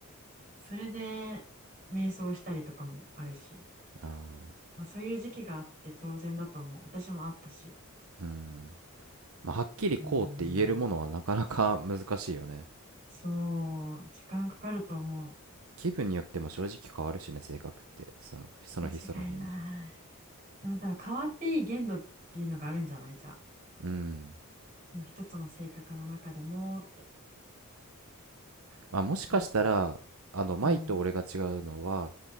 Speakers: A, on the right; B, on the right.
A: それで瞑想したりとかもあるし、
B: あ
A: まあ、そういう時期があって当然だと思う。私もあったし。
B: ー、うん。まあ、はっきりこうって言えるものはなかなか難しいよね。
A: うーん、そう、時間かかると思
B: 気分によっても正直変わるしね、性格って。その、その日その日に。
A: う。間違いない。でも多分変わっていい限度っていうのがあるんじゃないじゃあ。
B: うん。
A: その一つの性格の中でもって。
B: まあ、もしかしたら、
A: いいじゃん。
B: あの、
A: うん。
B: 舞と俺が違うのは、